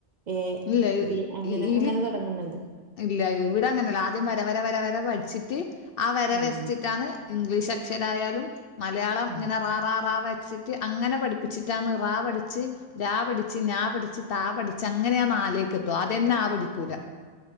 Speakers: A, on the right; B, on the left.
A: എ
B: ഇല്ല, ഇല്ല,
A: ബി അങ്ങനെ
B: ഈല്
A: അങ്ങനെ തുടങ്ങുന്നുണ്ട്
B: ഇല്ല ഇവിട ങ്ങനെല്ല ആദ്യം വരവര വരവര വ പഠിച്ചിട്ട് ആ വര
A: ഉം
B: വരച്ചിട്ടാണ് ഇംഗ്ലീഷ് അക്ഷരായാലും മലയാളം
A: ഉം
B: ങ്ങനെ റാറാറാ വരച്ചിട്ട് അങ്ങനെ പഠിപ്പിച്ചിട്ട് ണ് റാ പഠിച്ച്, രാപഠിച്ച്, ഞാ പഠിച്ചച്ച്, താ പഠിച്ചാങ്ങനെ അങ്ങനെയാ അ ലേക്ക് എത്ത അദ്യ ന്നെ ആ പടിക്കൂല.